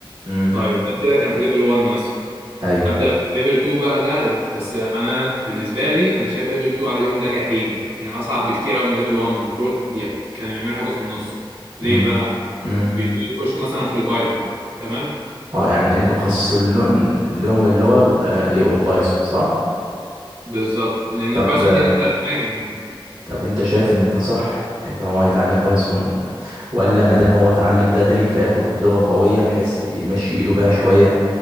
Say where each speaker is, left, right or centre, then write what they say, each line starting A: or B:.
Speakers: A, on the right (about 60°); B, on the right (about 80°).
A: امم
B: طيب ده كده كان في ليفل 1 مثلا
A: ايوه
B: أبدأ ليفل 2 بقى ده بس أنا بالنسبة لي أنا شايف ليفل 2 عليهم ده جحيم يعني أصعب بكتير أوي من ليفل 1 المفروض دي كانوا يعملوا حاجة في النص ليه
A: امم
B: بقى؟
A: امم
B: بيبدأوا يخشوا مثلا في البايثون تمام؟
A: اه يعني انتم مخصصين لهم لهم اللغة آه، يبقوا بايثون صح
B: بالظبط لأن
A: طب
B: البايثون دي أسهل حاجة يعني
A: طب انت شايف ان ده صح ان هو يتعلم بايثون ولا ما دام هو يتعلم بدري فياخد لغة قوية بحيث يمشي ايده بيها شوية